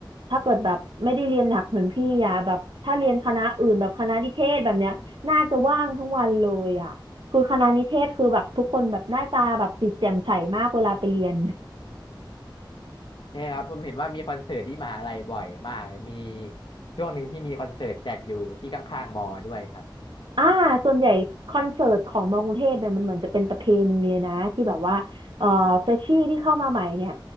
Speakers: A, on the right; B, on the left.
A: ถ้าเกิดแบบไม่ได้เรียนหนักเหมือนพี่อ่ะแบบถ้าเรียนคณะอื่นแบบคณะนิเทศแบบเนี้ยน่าจะว่างทั้งวันเลยอ่ะคือคณะนิเทศคือแบบทุกคนแบบหน้าตาแบบจิตแจ่มใสมากเวลาไปเรียน
B: เนี่ยครับผมเห็นว่ามีคอนเสิร์ตที่มหาลัยบ่อยมากเลยมีช่วงหนึ่งที่มีคอนเสิร์ตจัดอยู่ที่ข้างๆมอด้วยครับ
A: อ่าส่วนใหญ่คอนเสิร์ตของมอกรุงเทพเนี่ยมันเหมือนจะเป็นประเพณีเลยนะที่แบบว่าเอ่อเฟชชี่ที่เข้ามาใหม่เนี่ย